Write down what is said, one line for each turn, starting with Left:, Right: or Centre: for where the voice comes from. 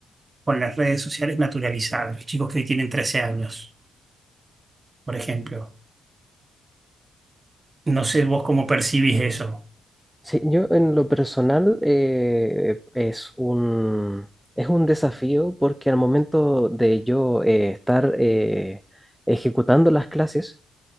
Right: con las redes sociales naturalizadas, los chicos que hoy tienen trece años, por ejemplo. No sé vos cómo percibís eso.
Centre: Sí, yo en lo personal eh, es un, es un desafío porque al momento de yo eh, estar eh, ejecutando las clases,